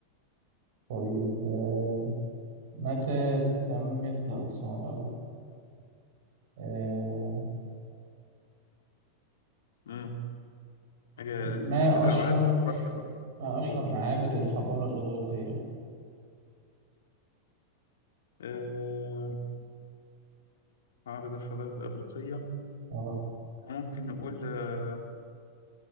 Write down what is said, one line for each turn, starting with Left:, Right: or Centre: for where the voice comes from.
Right: طيب آه، متى تمت لا دي صعبة أوي آه،
Left: امم حاجة
Right: ما
Left: لذيذة كده
Right: أشهر
Left: انا بحب الجغرافيا برضه
Right: ما أشهر
Left: قول
Right: معابد الحضارة الإغريقية
Left: آه... معبد الحضارة الإغريقية
Right: أه
Left: ممكن نقول آه،